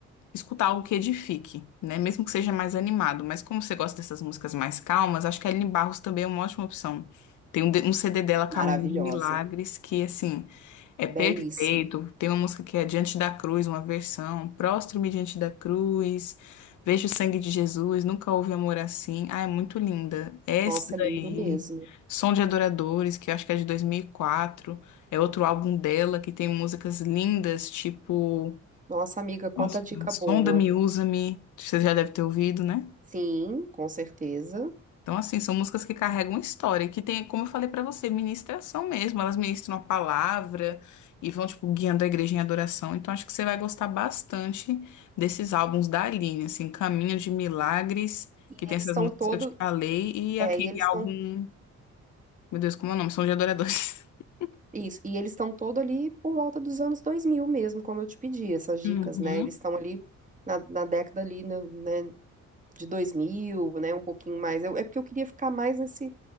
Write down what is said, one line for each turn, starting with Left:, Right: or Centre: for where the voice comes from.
Left: escutar algo que edifique, né? Mesmo que seja mais animado. Mas como você gosta dessas músicas mais calmas, acho que a Aline Barros também é uma ótima opção. Tem um, D- um CD dela, Caminho
Right: Maravilhosa.
Left: de Milagres, que, assim, é
Right: Belíssimo.
Left: perfeito. Tem uma música que é Diante da Cruz, uma versão. Prostro-me diante da cruz, vejo o sangue de Jesus, nunca houve amor assim. Ah, é muito linda. Essa
Right: Nossa,
Left: daí,
Right: lindo mesmo.
Left: Som de Adoradores, que eu acho que é de 2004. É outro álbum dela, que tem músicas lindas, tipo...
Right: Nossa, amiga, quanta
Left: Nossa,
Right: dica
Left: Sonda-me,
Right: boa.
Left: usa-me, você já deve ter ouvido, né?
Right: Sim, com certeza.
Left: Então, assim, são músicas que carregam história, que tem, como eu falei pra você, ministração mesmo. Elas ministram a palavra e vão, tipo, guiando a igreja em adoração. Então, acho que você vai gostar bastante desses álbuns da Aline, assim, Caminho de Milagres, que tem
Right: Eles
Left: essas
Right: estão
Left: músicas
Right: todo,
Left: que eu te falei, e
Right: é,
Left: aquele
Right: e eles
Left: álbum,
Right: estão
Left: meu Deus, como é o nome? São de Adoradores. <laughs>
Right: isso, e eles estão todo ali por volta dos anos 2000 mesmo, como eu te pedi, essas dicas,
Left: Uhum,
Right: né? Eles estão ali na, na década ali, né, né, de 2000, né, um pouquinho mais. Eu- é porque eu queria ficar mais nesse,